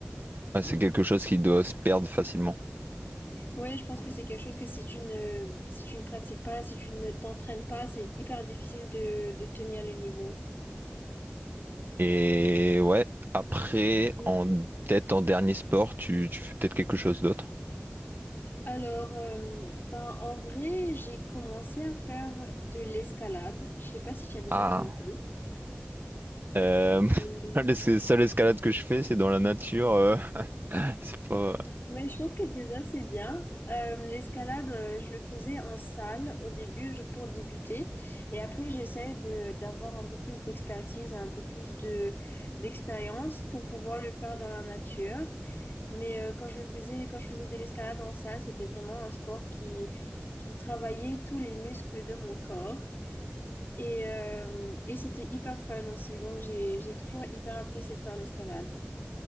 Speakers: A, on the right (about 55°); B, on the left (about 60°).
A: Ah, C'est quelque chose qui doit se perdre facilement.
B: Ouais, je pense que c'est quelque chose que si tu ne, si tu ne pratiques pas, si tu ne t'entraînes pas, c'est hyper difficile de, de tenir le niveau.
A: Et ouais, après,
B: Mm.
A: en tête en dernier sport, tu, tu fais peut-être quelque chose d'autre.
B: Alors, euh, ben, en vrai, j'ai commencé à faire de l'escalade. Je sais pas si tu as déjà
A: Ah,
B: tenté.
A: euh, <laughs>
B: Mm.
A: la seule escalade que je fais, c'est dans la nature. euh, <laughs> c'est pas...
B: Mais je pense que déjà, c'est bien. Euh, l'escalade, euh, je le faisais en salle au début je- pour débuter. Et après, j'essaie de, d'avoir un peu plus d'expertise, un peu plus de, d'expérience pour pouvoir le faire dans la nature. Mais euh, quand je le faisais, quand je faisais de l'escalade en salle, c'était vraiment un sport qui, qui travaillait tous les muscles de mon corps. Et, euh, et c'était hyper fun aussi. Donc j'ai, j'ai toujours hyper apprécié de faire l'escalade.